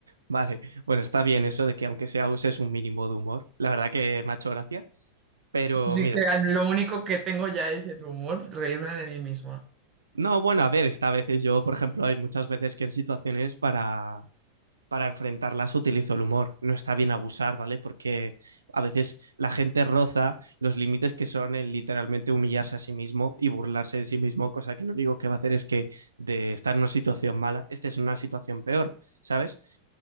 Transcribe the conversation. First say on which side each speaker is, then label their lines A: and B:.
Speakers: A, on the right; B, on the right.
A: Vale, bueno, está bien eso de que aunque sea uses un mínimo de humor. La verdad que me ha hecho gracia, pero
B: Así
A: mira,
B: que a- lo único que tengo ya es el humor, reírme de mí misma.
A: no, bueno, a ver, esta vez yo, por ejemplo, hay muchas veces que en situaciones para para enfrentarlas utilizo el humor. No está bien abusar, ¿vale? Porque a veces la gente roza los límites que son el literalmente humillarse a sí mismo y burlarse de sí mismo, cosa que lo único que va a hacer es que de estar en una situación mala, esta es una situación peor, ¿sabes?